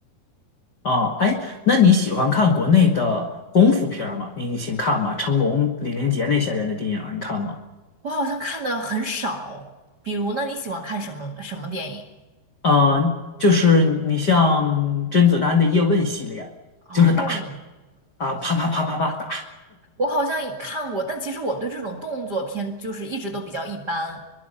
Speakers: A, on the left; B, on the right.
A: 啊。哎，那你喜欢看国内的功夫片儿吗？你以前看吗？成龙、李连杰那些人的电影儿你看吗？
B: 我好像看的很少，比如呢，你喜欢看什么什么电影？
A: 嗯、就是你像甄子丹的叶问系列，
B: 哦，
A: 就是打啊，啪啪啪啪啪打
B: 我好像也看过，但其实我对这种动作片就是一直都比较一般，